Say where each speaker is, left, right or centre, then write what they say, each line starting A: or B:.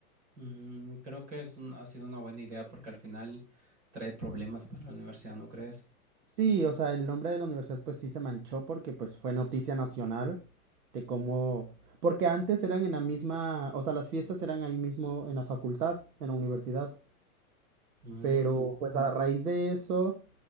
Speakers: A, on the right (about 50°); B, on the right (about 75°).
A: Mm, creo que es un- ha sido una buena idea porque al final trae problemas para la universidad, ¿no crees?
B: Sí, o sea, el nombre de la universidad pues sí se manchó porque pues fue noticia nacional de cómo... Porque antes eran en la misma, o sea, las fiestas eran ahí mismo en la facultad, en la universidad,
A: Mm,
B: pero pues a raíz de eso,